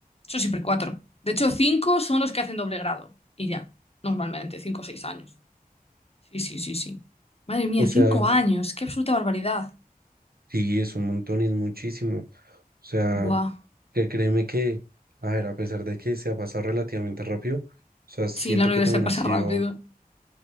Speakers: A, on the left; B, on the right.
A: son siempre cuatro. De hecho, cinco son los que hacen doble grado y ya, normalmente, cinco o seis años. Sí, sí, sí, sí. Madre mía,
B: o sea,
A: cinco años, qué absoluta barbaridad.
B: sí, es un montón y es muchísimo. O sea,
A: Buah,
B: que créeme que, a ver, a pesar de que se ha pasado relativamente rápido, o sea, siento
A: sí, la universidad
B: que también
A: pasa
B: ha sido,
A: rápido.